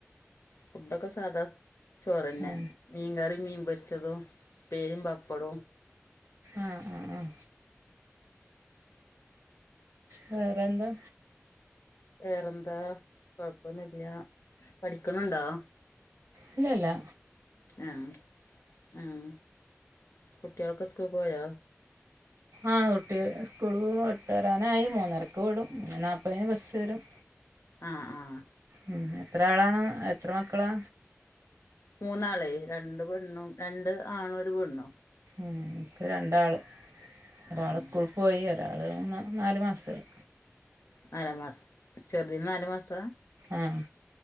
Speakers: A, on the left; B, on the right.
A: ഫുഡൊക്കെ സാധാ ചോറന്നെ
B: ഏ
A: മീൻ കറിയും, മീൻ പൊരിച്ചതും, ഉപേരിയും, പാപ്പടവും.
B: ആഹ് ആഹ് ആഹ് വെറെന്താ?
A: വേറെന്താ കൊഴപ്പൊന്നുല്ല. പഠിക്കണുണ്ടോ?.
B: ഇല്ല ഇല്ല.
A: ആഹ് ആഹ് കുട്ടികളൊക്കെ സ്കൂൾ പോയോ?
B: ആഹ് കുട്ടികൾ സ്കൂൾ വിട്ടരാനായി മൂന്നരക്ക് വിടും മൂന്നേ നാല്പ്പതിന് ബസ്സ് വരും.
A: ആഹ് ആഹ്
B: ഉം എത്ര ആളാണ് എത്ര മക്കളാ?
A: മൂന്നാള് രണ്ട് പെണ്ണും രണ്ട് ആണും ഒരു പെണ്ണും.
B: ഉം ഇൻക്ക് രണ്ടാള് ഒരാള്
A: ആഹ്
B: സ്കൂൾ പോയി ഒരാള് മൂന്ന് നാല് മാസായി.
A: നാലാ മാസം ചെറുതീന്ന് നാല് മാസാ
B: ആഹ്